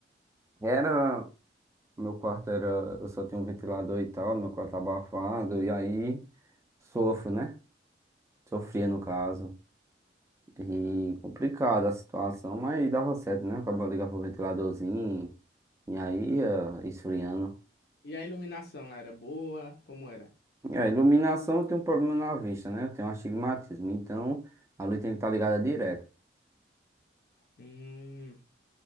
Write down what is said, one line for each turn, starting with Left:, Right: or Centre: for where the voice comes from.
Right: Era. Meu quarto era. Eu só tinha um ventilador e tal, meu quarto tá abafado, e aí sofro, né? Sofria no caso. E complicada a situação, mas dava certo, né? Acabou ligava pro ventiladorzinho, e aí ia esfriando.
Left: E a iluminação lá era boa? Como era?
Right: É, iluminação eu tenho um problema na vista, né? Eu tenho um astigmatismo. Então, a luz tem que estar ligada direto.
Left: Hum,